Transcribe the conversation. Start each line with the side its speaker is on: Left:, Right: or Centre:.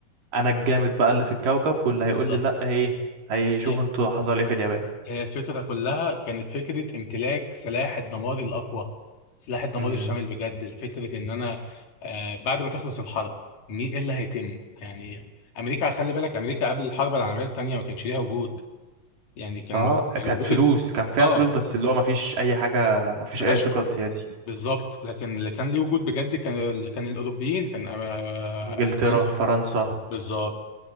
Right: انا الجامد بقى اللي في الكوكب واللي هيقول
Left: بالظبط
Right: لي لا ايه هيشوف
Left: هي
Right: انتوا حصل ايه في اليابان
Left: هي الفكره كلها كانت فكره امتلاك سلاح الدمار الاقوى سلاح الدمار
Right: امم
Left: الشامل بجد الفكره ان انا آه بعد ما تخلص الحرب مين ايه اللي هيتم يعني امريكا خلي بالك امريكا قبل الحرب العالميه الثانيه ما كانش ليها وجود يعني كان
Right: اه
Left: الوجود
Right: كانت فلوس
Left: الج...
Right: كان فيها
Left: اه
Right: فلوس بس اللي هو ما فيش اي حاجة ما فيش
Left: ملهاش
Right: اي ثقل سياسي
Left: بالظبط لكن اللي كان ليه وجود بجد كان اللي كان الاوروبيين كان آه،
Right: انجلترا
Left: ألمانيا
Right: فرنسا
Left: بالظبط